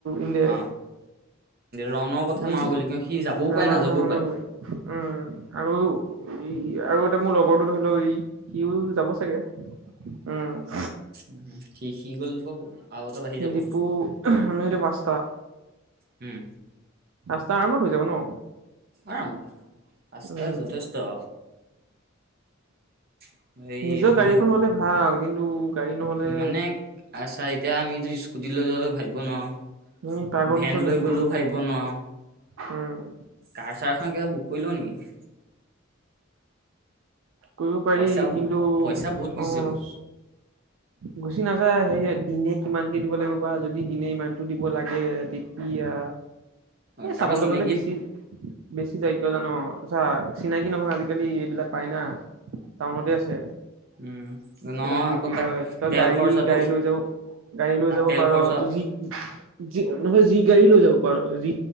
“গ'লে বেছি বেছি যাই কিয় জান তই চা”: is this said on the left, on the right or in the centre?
Right